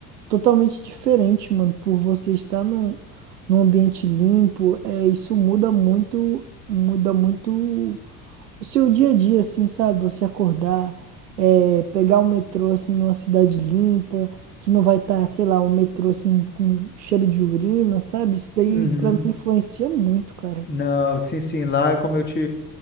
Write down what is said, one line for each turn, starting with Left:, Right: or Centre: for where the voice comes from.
Right: totalmente diferente, mano, por você estar num, num ambiente limpo, é, isso muda muito, muda muito o seu dia a dia, assim, sabe? Você acordar, é, pegar um metrô, assim, numa cidade limpa, que não vai estar, sei lá, um metrô, assim, com cheiro de urina, sabe? Isso daí,
Left: uhum.
Right: pra mim, influencia muito, cara.
Left: Não, sim, sim, lá, como eu te,